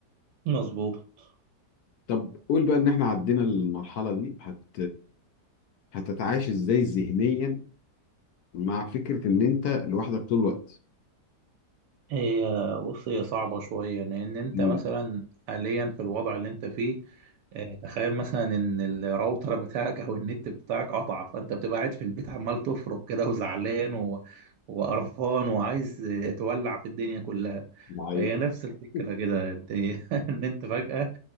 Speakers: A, on the right; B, on the left.
A: مظبوط
B: طب قول بقى ان احنا عدينا المرحله دي هت هتتعايش ازاي ذهنيا مع فكرة إن أنت لوحدك طول الوقت
A: هي بص هي صعبة شوية لأن أنت
B: مم.
A: مثلا حاليا في الوضع اللي أنت فيه آه، تخيل مثلا إن الراوتر بتاعك أو النت بتاعك قطع فأنت بتبقى قاعد في البيت عمال تفرك كده وزعلان و... وقرفان وعايز آه، تولع في الدنيا كلها
B: معايا
A: فهي نفس الفكرة
B: <laughs>
A: كده أنت <laughs> إن أنت فجأة